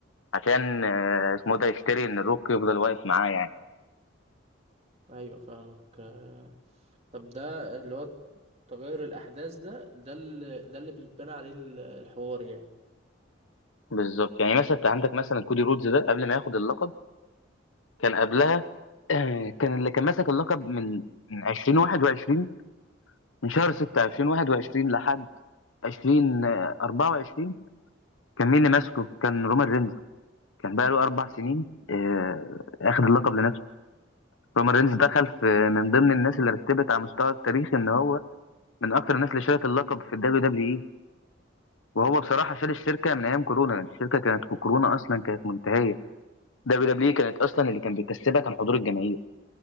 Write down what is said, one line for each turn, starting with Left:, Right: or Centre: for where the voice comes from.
Left: عشان آه، اسمه ده يشتري إن الروك يفضل واقف معاه يعني
Right: ايوه فاهمك آه، طب ده اللي هو تغير الاحداث ده ده اللي ده اللي بيتبنى عليه ال- الحوار يعني
Left: بالظبط يعني مثلا انت عندك مثلا كودي رودز ده قبل ما ياخد اللقب كان قبلها آه، كان اللي كان ماسك اللقب من من 2021 من شهر 6 2021 لحد 2024 كان مين اللي ماسكه؟ كان رومان رينز كان بقى له اربع سنين آه، اخد اللقب لنفسه رومان رينز دخل في من ضمن الناس اللي رتبت على مستوى التاريخ ان هو من اكتر الناس اللي شالت اللقب في الدبليو دبليو اي وهو بصراحه شال الشركه من ايام كورونا لأن الشركه كانت في كورونا اصلا كانت منتهيه دبليو دبليو اي كانت اصلا اللي كان بيكسبها كان حضور الجماهير